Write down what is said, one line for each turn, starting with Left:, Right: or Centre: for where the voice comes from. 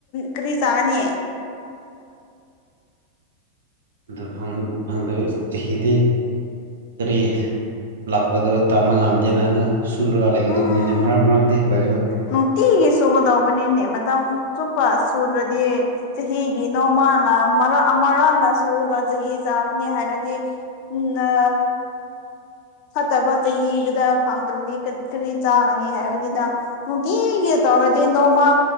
Left: ꯀꯔꯤ ꯆꯥꯅꯤꯌꯦ
Right: ꯑꯗꯨ ꯐꯪꯗꯕ ꯆꯍꯤꯗꯤ ꯀꯔꯤ ꯂꯥꯛꯄꯗꯣ ꯇꯝꯕ ꯉꯝꯗꯦꯅ ꯑꯗꯨ ꯁꯨꯔꯒ ꯂꯩꯒꯗꯧꯕꯅꯤꯅꯦ
Left: ꯎꯝ
Right: ꯃꯔꯛ ꯃꯔꯛꯇꯤ ꯑꯩꯈꯣꯏꯁꯨ
Left: ꯅꯨꯡꯇꯤꯒꯤ ꯁꯨꯒꯗꯕꯅꯤꯅꯦ ꯃꯇꯝ ꯆꯨꯞꯄ ꯁꯨꯗ꯭ꯔꯗꯤ ꯆꯍꯤꯒꯤ ꯅꯣꯡꯃꯅ ꯃꯔꯛ ꯑꯃꯔ ꯁꯨꯔꯒ ꯆꯍꯤ ꯆꯥꯕꯅꯤ ꯍꯥꯏꯔꯗꯤ ꯎꯝ ꯑ ꯐꯠꯇꯕ ꯆꯍꯤꯗꯨꯗ ꯐꯪꯗ꯭ꯔꯕꯗꯤ ꯀꯔ ꯀꯔꯤ ꯆꯥꯒꯅꯤ ꯍꯥꯏꯕꯅꯤꯗ ꯅꯨꯡꯇꯤꯒꯤ ꯇꯧꯔꯗꯤ ꯅꯣꯡꯃ꯫